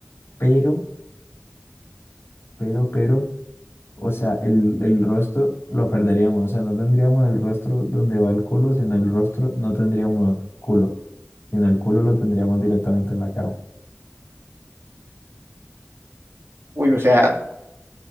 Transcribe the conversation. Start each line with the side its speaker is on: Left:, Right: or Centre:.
Left: pero, pero, pero O sea, el, el rostro lo perderíamos. O sea, no tendríamos el rostro donde va el culo, sino el rostro no tendríamos culo. Sino el culo lo tendríamos directamente en la cara.
Right: Uy, o sea,